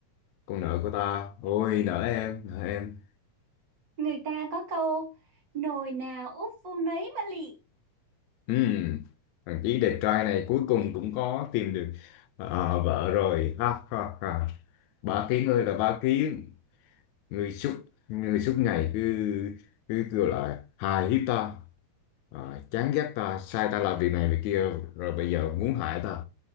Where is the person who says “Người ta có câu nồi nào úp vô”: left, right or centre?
Right